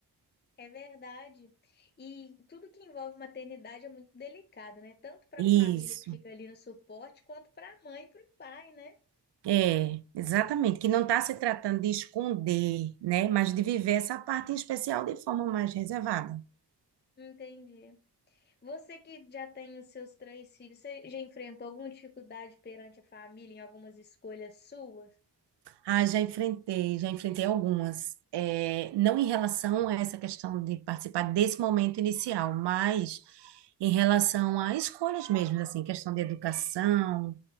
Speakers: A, on the left; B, on the right.
A: É verdade. E tudo que envolve maternidade é muito delicado, né? Tanto para
B: Isso.
A: a família que fica ali no suporte, quanto para a mãe e para o pai, né?
B: É, exatamente, que não está se tratando de esconder, né, mas de viver essa parte em especial de forma mais reservada.
A: Entendi. Você que já tem os seus três filhos, você já enfrentou alguma dificuldade perante a família em algumas escolhas suas?
B: Ah, já enfrentei, já enfrentei algumas. É, não em relação a essa questão de participar desse momento inicial, mas em relação a escolhas mesmo, assim, questão de educação,